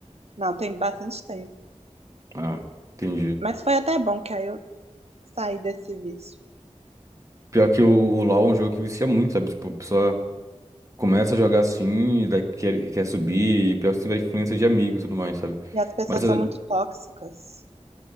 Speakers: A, on the right; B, on the right.
A: não, tem bastante tempo.
B: Ah, entendi.
A: Mas foi até bom, que aí eu sair desse vício.
B: Pior que o, o LoL é um jogo que vicia muito, sabe? Tipo, a pessoa começa a jogar assim, e daí quer, quer subir, e pior que você vai influência de amigo e tudo mais, sabe?
A: E as pessoas
B: Mas, eh,
A: são muito tóxicas.